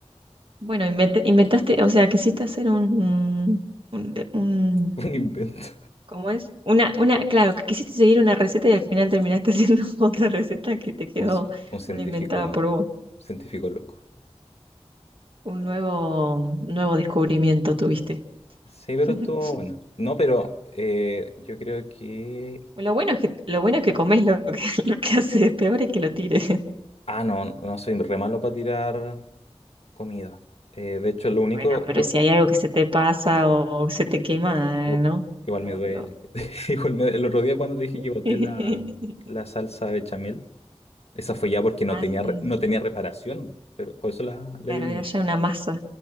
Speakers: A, on the right (about 50°); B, on the left (about 65°).
A: Bueno, invent- inventaste, o sea, quisiste hacer un, un, un- un
B: Fue un invento.
A: ¿Cómo es? Una, una, claro, que quisiste seguir una receta y al final terminaste <laughs> haciendo otra receta que te quedó
B: Un, un científico,
A: una inventada
B: un
A: por vos.
B: científico loco.
A: Un nuevo, un nuevo descubrimiento tuviste.
B: Sí, pero
A: <laughs>
B: estuvo bueno. No, pero eh, yo creo que...
A: Lo bueno es que, lo bueno es que comes lo que, <laughs> lo que haces, peor es que lo tires. <laughs>
B: Ah, no, no soy re malo para tirar comida. Eh, de hecho, lo único...
A: Bueno, pero
B: lo-
A: si hay algo que se te pasa o se te quema,
B: igu-
A: ¿no?
B: Igual,
A: Lo-
B: me duele.
A: lo-
B: <laughs> Igual me- El otro día cuando dije
A: <laughs>
B: que boté la, la salsa bechamel, esa fue ya porque no
A: Ah,
B: tenía,
A: sí.
B: re- no tenía reparación, pero por eso la, la
A: Claro,
B: eliminé.
A: era ya una masa,